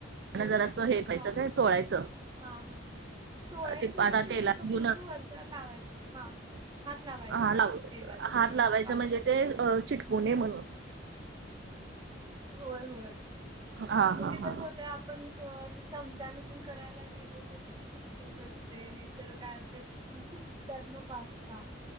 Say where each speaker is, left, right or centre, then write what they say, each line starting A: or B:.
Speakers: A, on the right (about 60°); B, on the right (about 25°).
A: जरा असं हे कयचं
B: हा
A: काय चोळायचं
B: हा होय चोळायचं
A: ते
B: नाही
A: आता
B: म्हणजे
A: तेलात
B: फक्त
A: घेऊन
B: अस वरच्यावर लावायच हा हात लावायचा
A: हा
B: फक्त
A: लाव
B: तेलाचं
A: हात
B: तेवढंच
A: लावायच
B: पास
A: म्हणजे
B: होतंय.
A: ते चिटकुणे म्हणून
B: होय होय
A: हा
B: म्हणजे
A: हा हा
B: कस होतं पण अस चमचा नेपन करायला गेलो तर ते चिकटून बसते नाहीतर काय होते तुटतात न पास्ता